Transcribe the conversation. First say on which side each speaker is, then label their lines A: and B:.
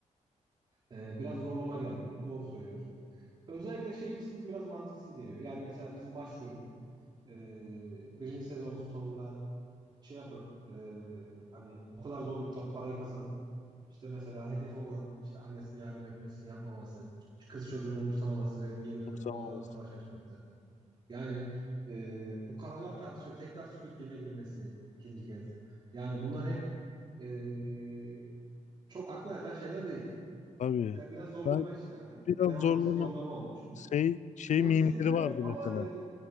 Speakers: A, on the right; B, on the left.
A: E, biraz zorlama geldi. Doğru söylüyorsun. Özellikle şey kısmı biraz mantıksız geliyor. Yani mesela bizim başrolün e, birinci sezonun sonunda şey yapıp e, hani o kadar zorlukla parayı kazanıp işte mesela hedefi olan işte annesine yardım etmesini yapmaması, kız çocuğunu umursamaması ve geri dönüp
B: Sen
A: o
B: olmasın.
A: adama savaş açması. Yani e, bu kararlar tartışıyor. Tekrar Squid Game'e girmesi ikinci kez. Yani bunlar hep e, çok akla yatan şeyler değil.
B: Tabii.
A: Yani biraz zorlama
B: Ben
A: işte hani
B: biraz
A: devam
B: zorlama.
A: için zorlama olmuş.
B: Şey, şey
A: O
B: mimleri
A: hissettiriyor
B: vardı
A: ama
B: mesela.
A: yani